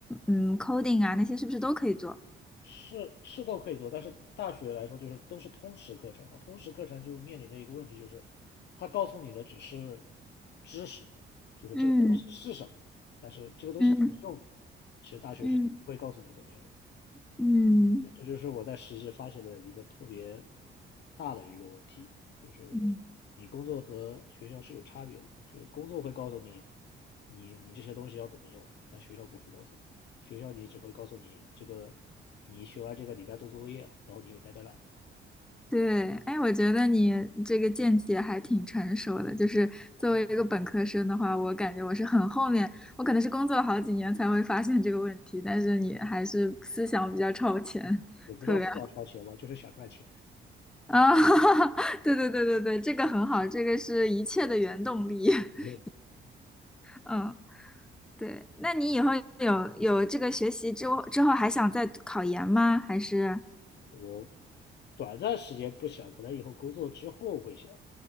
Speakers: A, in the centre; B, on the left.
A: 嗯 coding 啊那些是不是都可以做？
B: 是是都可以做，但是大学来说就是都是通识课程嘛，通识课程就面临的一个问题就是，它告诉你的只是知识，就是这个东西是什么，
A: 嗯
B: 但是这个东西怎么用，
A: 嗯
B: 其实大学是不会告诉你怎么用的。
A: 嗯嗯
B: 对，这就是我在实习发现的一个特别大的一个问题，就是
A: 嗯。
B: 你工作和学校是有差别的，就是工作会告诉你，你你这些东西要怎么用，但学校不会告诉你，学校你只会告诉你这个，你学完这个你该做作业了，然后你又带 e 来
A: 对，哎，我觉得你这个见解还挺成熟的。就是作为一个本科生的话，我感觉我是很后面，我可能是工作了好几年才会发现这个问题。但是你还是思想比较超前，
B: 也不叫思想超前吧，
A: 特别
B: 就是想赚钱。
A: 啊，<laughs> 对对对对对，这个很好，这个是一切的原动力。<laughs>
B: 对，
A: 嗯，对。那你以后有有这个学习之后之后还想再考研吗？还是
B: 我短暂时间不想，可能以后工作之后会想，